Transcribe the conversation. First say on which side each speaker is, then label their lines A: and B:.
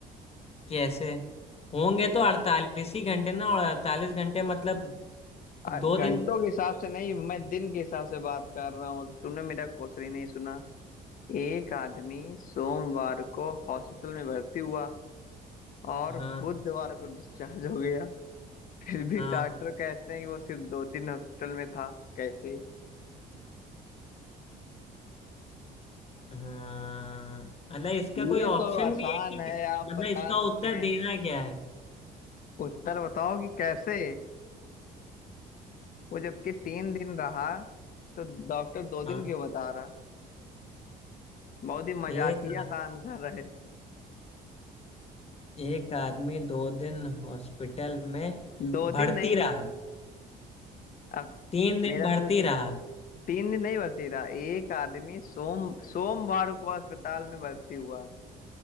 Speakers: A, on the left; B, on the left.
A: कैसे होंगे तो अड़तालीस ही घंटे ना और अड़तालीस घंटे मतलब
B: अ,
A: दो
B: घंटों
A: दिन
B: के हिसाब से नहीं मैं दिन के हिसाब से बात कर रहा हूँ तूने मेरा क्वेश्चन ही नहीं सुना एक आदमी सोमवार को हॉस्पिटल में भर्ती हुआ और
A: हाँ
B: बुधवार को डिस्चार्ज हो गया फिर भी
A: हाँ
B: डॉक्टर कहते हैं कि वो सिर्फ दो दिन हॉस्पिटल में था कैसे
A: हाँ मतलब इसका
B: ये
A: कोई ऑप्शन
B: तो आसान
A: भी है कि
B: है आप
A: मतलब
B: बता
A: इसका
B: सकते
A: उत्तर
B: हैं
A: देना क्या है
B: उत्तर बताओ कि कैसे वो जबकि तीन दिन रहा तो डॉक्टर दो
A: हाँ
B: दिन क्यों बता रहा बहुत ही मजाकिया
A: एक
B: सा आंसर रहे
A: एक आदमी दो दिन हॉस्पिटल में
B: दो दिन
A: भर्ती
B: नहीं
A: रहा
B: अब
A: तीन दिन
B: मेरा
A: भर्ती
B: फिर से
A: रहा
B: तीन दिन नहीं भर्ती था एक आदमी सोम सोमवार को अस्पताल में भर्ती हुआ